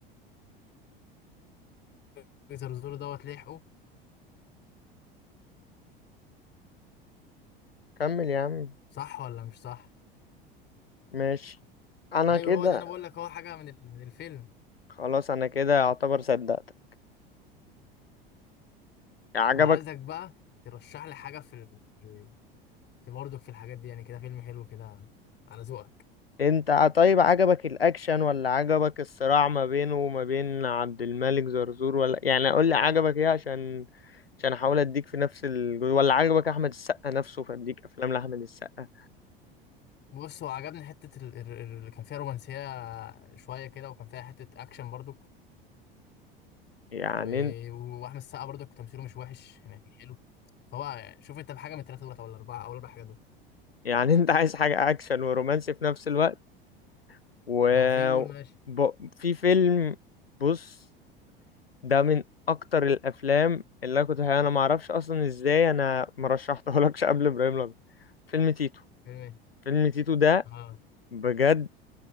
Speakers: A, on the left (about 35°); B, on the left (about 80°).
A: الملك زرزور دوت لحقه
B: كمل يا عم
A: صح ولا مش صح
B: ماشي انا
A: ايوه
B: كده
A: هو ده انا بقول لك هو حاجه من ال- من الفيلم
B: خلاص انا كده اعتبر صدقتك عجبك
A: فعايزك بقى ترشح لي حاجه في ال... في ال- في برضك في الحاجات دي يعني كده فيلم حلو كده على ذوقك
B: انت ع- طيب عجبك الاكشن ولا عجبك الصراع ما بينه وما بين عبد الملك زرزور ولا يعني قول لي عجبك ايه عشان عشان احاول اديك في نفس ال... ولا عجبك احمد السقا نفسه فاديك افلام لاحمد السقا
A: بص هو عجبني حته ال- ال- ال- اللي كان فيها رومانسيه شويه كده وكان فيها حته اكشن برضك
B: يعني
A: و...
B: انت
A: واحمد السقا برضك تمثيله مش وحش يعني كان حلو فهو شوف انت بحاجه من الثلاثه دولت ولا الاربعه او الاربع حاجات دول
B: يعني انت عايز حاجة اكشن ورومانسي في نفس الوقت و
A: لو في قول ماشي
B: ب... في فيلم بص ده من اكتر الافلام اللي انا كنت انا ما اعرفش اصلا ازاي انا ما رشحتهولكش قبل ابراهيم الابيض فيلم تيتو
A: فيلم ايه
B: فيلم تيتو ده
A: اه
B: بجد